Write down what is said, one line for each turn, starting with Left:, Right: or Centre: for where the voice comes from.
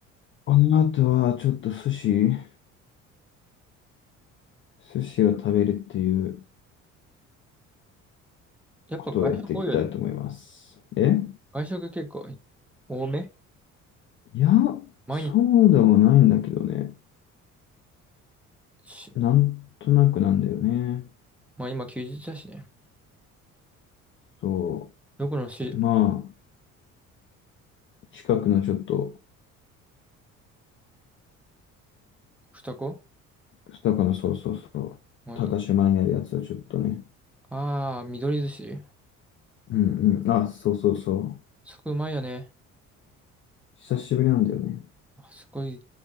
Left: この後はちょっと寿司、寿司を食べるっていう
Centre: やっぱ外食多いよね。
Left: ことをやっていきたいと思います。え
Centre: 外食結構多め
Left: いや、
Centre: 毎日
Left: そうではないんだけどね。
Centre: し、
Left: なんとなくなんだよね。
Centre: まあ今休日だしね。
Left: そ
Centre: どこのし、
Left: う。まあ、近くのちょっと、
Centre: 二子
Left: 二日のそうそうそう。
Centre: もういい。
Left: 高島にあるやつをちょっとね。
Centre: ああ、緑寿司。
Left: うんうん。あ、そうそうそう。
Centre: そこうまいよね。
Left: 久しぶりなんだよね。
Centre: あそこずっ